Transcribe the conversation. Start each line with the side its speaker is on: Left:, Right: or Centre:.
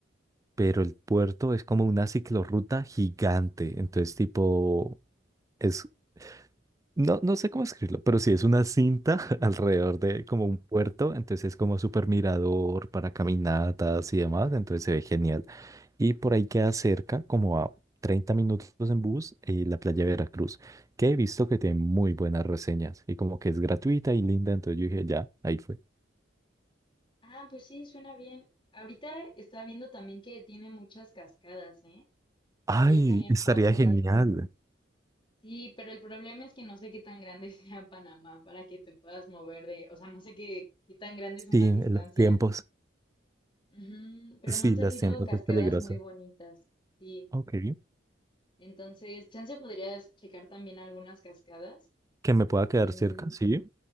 Right: pero el puerto es como una ciclorruta gigante. Entonces, tipo, es, no, no sé cómo escribirlo, pero sí es una cinta <laughs> alrededor de como un puerto. Entonces, es como super mirador para caminatas y demás. Entonces, se ve genial. Y por ahí queda cerca, como a 30 minutos en bus, eh, la playa de Veracruz, que he visto que tiene muy buenas reseñas y como que es gratuita y linda. Entonces, yo dije, ya, ahí fue.
Left: Ah, pues sí, suena bien. Ahorita estaba viendo también que tiene muchas cascadas, ¿eh?
Right: Ay,
Left: Estaría también
Right: estaría
Left: padre.
Right: genial.
Left: Sí, pero el problema es que no sé qué tan grande <laughs> sea Panamá para que te puedas mover de, o sea, no sé qué, qué tan grandes son
Right: Sí,
Left: las
Right: en
Left: distancias.
Right: los tiempos.
Left: Ujú, pero
Right: Sí,
Left: me han salido
Right: los tiempos
Left: cascadas
Right: es peligroso.
Left: muy bonitas, sí.
Right: Ok.
Left: Entonces, chance podrías checar también algunas cascadas.
Right: Que me pueda quedar
Left: Mm,
Right: cerca, sí.